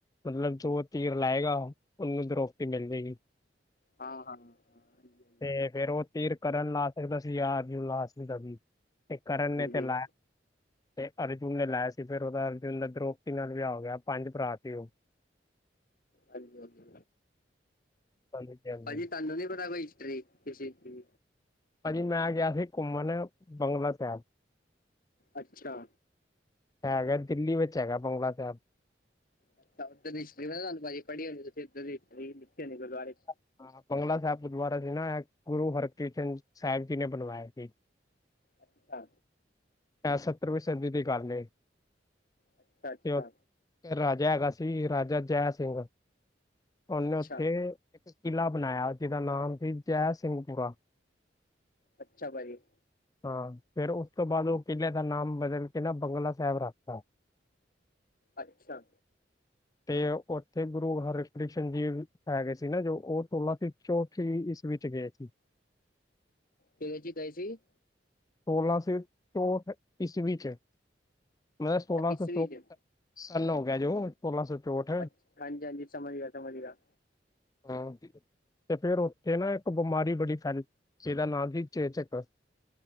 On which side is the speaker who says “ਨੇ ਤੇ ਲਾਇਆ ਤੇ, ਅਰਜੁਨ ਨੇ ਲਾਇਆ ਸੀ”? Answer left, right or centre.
Left